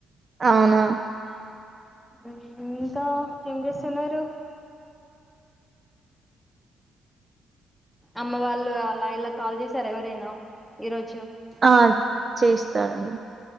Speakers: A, on the right; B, in the centre.
A: అవునా
B: <unintelligible> ఏం చేస్తున్నారు <inaudible> అమ్మ వాళ్ళు అలా ఇలా కాల్ చేసారా ఎవరైనా ఈరోజు
A: ఆ చేస్త <inaudible>